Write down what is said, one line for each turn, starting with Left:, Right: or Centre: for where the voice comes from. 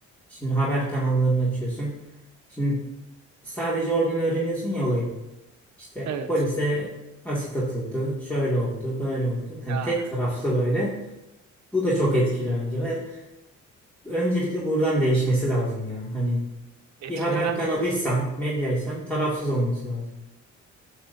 Centre: Şimdi haber kanallarını açıyorsun. Şimdi sadece oradan öğreniyorsun ya olayı. İşte
Right: Evet.
Centre: polise asit atıldı, şöyle oldu, böyle oldu. Hani
Right: Ya
Centre: tek taraflı böyle. Bu da çok etkili bence ve öncelikle buradan değişmesi lazım ya. Hani
Right: etkilemez.
Centre: bir haber kanalıysan, medyaysan tarafsız olması lazım.